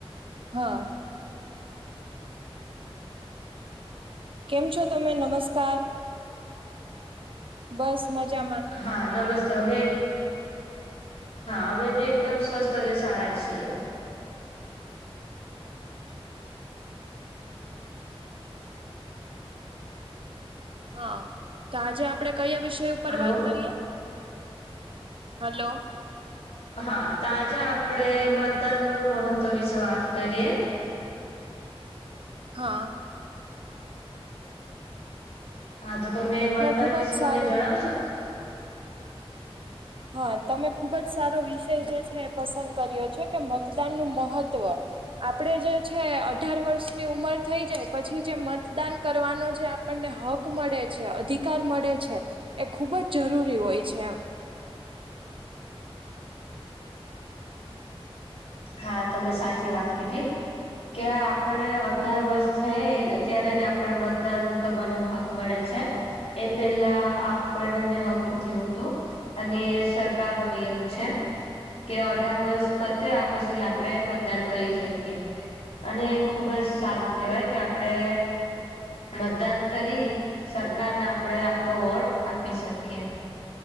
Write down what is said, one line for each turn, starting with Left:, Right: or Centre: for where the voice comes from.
Right: હા કેમ છો તમે નમસ્કાર બસ મજા
Left: હા નમસ્તે અમે હા અમે બી એકદમ સ્વસ્થ અને સારા છીએ
Right: હા તો આજે આપડે કયા વિષય ઉપર
Left: હલો
Right: વાત કરીએ હલો
Left: હા તો આજે આપડે મતદાન નું મહત્વ વિશે વાત કરીએ
Right: હા
Left: હા તો તમે મતદાન
Right: ખૂબ
Left: વિશે
Right: જ
Left: મને
Right: સારો
Left: જણાવશો
Right: હા તમે ખુબ જ સારો વિષય જે છે એ પસંદ કર્યો છે કે મતદાન નું મહત્વ આપડે જે છે અઢાર વર્ષની ઉમર થઈ જાય પછી જે મતદાન કરવાનો જે આપણને હક મળે છે અધિકાર મળે છે એ ખૂબ જ જરૂરી હોય છે એમ
Left: હા તમે સાચી વાત કીધી કે આપણે અઢાર વર્ષ થયે અત્યારે જ આપણે મતદાન કરવાનો હક મળે છે એ પેલા આપણને હક નથી હોતો અને સરકાર નો નિયમ છે કે અઢાર વર્ષ પત્યા પછી આપણેે મતદાન કરી શકીએ અને ખુબ જ સારું કેહેવાય કે આપડે મતદાન કરી સરકારને આપડે આપણો વોટ આપી શકીએ